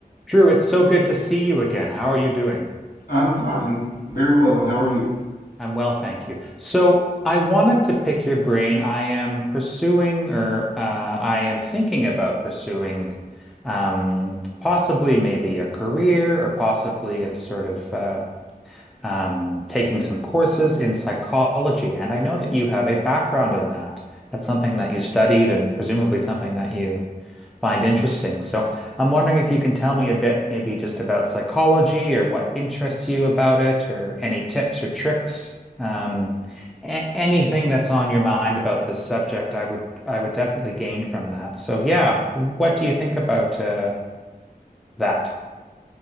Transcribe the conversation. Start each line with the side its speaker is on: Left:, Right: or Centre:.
Centre: Drew, it's so good to see you again. How are you doing?
Left: I'm fine, very well. How are you?
Centre: I'm well, thank you. So, I wanted to pick your brain. I am pursuing, or uh, I am thinking about pursuing, um, possibly maybe a career or possibly a sort of uh, um, taking some courses in psychology, and I know that you have a background in that. That's something that you studied and presumably something that you find interesting. So I'm wondering if you can tell me a bit, maybe just about psychology or what interests you about it, or any tips or tricks. Um, a- anything that's on your mind about this subject, I would I would definitely gain from that. So yeah, what do you think about uh, that?